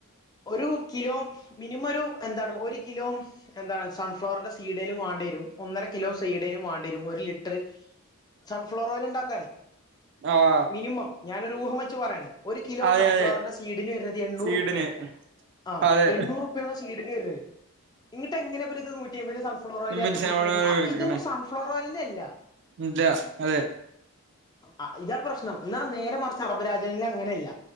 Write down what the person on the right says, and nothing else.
ആഹ
അതെ
അതെ
സ്വീഡന്
അതെ
മിൻസിനോട്
കേക്കണേ
ഇല്ല അതെ